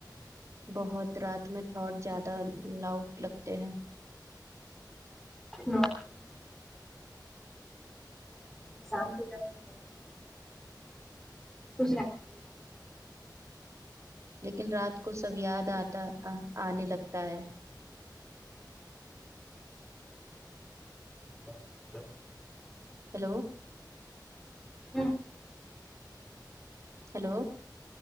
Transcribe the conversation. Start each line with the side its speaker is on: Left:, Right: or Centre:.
Right: بہت رات میں زیادہ لاؤڈ لگتے ہیں
Centre: <inaudible> <inaudible> <inaudible>
Right: لیکن رات کو سب یاد آتا آنے لگتا ہے
Centre: <inaudible>
Right: ہیلو
Centre: <inaudible>
Right: ہیلو